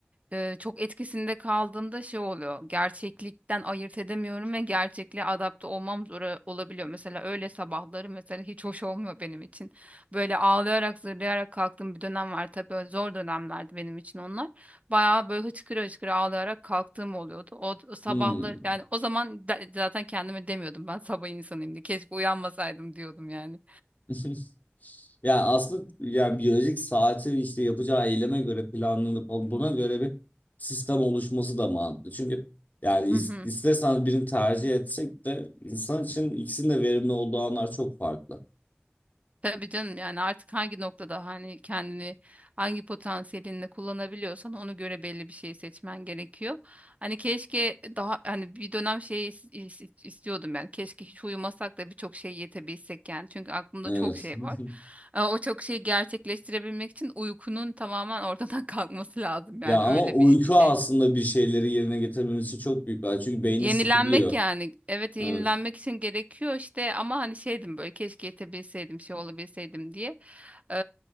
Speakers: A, on the right; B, on the left.
A: e, çok etkisinde kaldığımda şey oluyor. Gerçeklikten ayırt edemiyorum ve gerçekliğe adapte olmam zor olabiliyor. Mesela öyle sabahları mesela hiç hoş olmuyor benim için. Böyle ağlayarak, zırlayarak kalktığım bir dönem var. Tabii öyle zor dönemlerdi benim için onlar. Bayağı böyle hıçkıra hıçkıra ağlayarak kalktığım oluyordu. O, o sabahlar
B: Hmm.
A: yani o zaman da- zaten kendime demiyordum ben sabah insanıyım diye. Keşke uyanmasaydım diyordum yani.
B: <laughs> Ya aslında yani biyolojik saati işte yapacağı eyleme göre planlanıp buna göre bir sistem oluşması da mantıklı. Çünkü yani
A: <laughs>
B: is- isterseniz birini tercih etsek de insan için ikisinin de verimli olduğu anlar çok farklı.
A: Tabii canım yani artık hangi noktada hani kendini hangi potansiyelinle kullanabiliyorsan ona göre belli bir şey seçmen gerekiyor. Hani keşke daha hani bir dönem şeyi is- is- istiyordum yani keşke hiç uyumasak da birçok şey yetebilsek yani çünkü aklımda
B: Evet.
A: çok şey
B: <laughs>
A: var. Ee, O çok şeyi gerçekleştirebilmek için uykunun tamamen ortadan <laughs> kalkması lazım
B: Ya
A: yani
B: ama
A: öyle
B: uyku
A: bir şey.
B: aslında bir şeyleri yerine getirmemiz için çok büyük bir araç. Çünkü beyni
A: Yenilenmek
B: sıfırlıyor.
A: yani. Evet yenilenmek
B: Evet.
A: için gerekiyor işte ama hani şeydim böyle keşke yetebilseydim şey olabilseydim diye. Ee,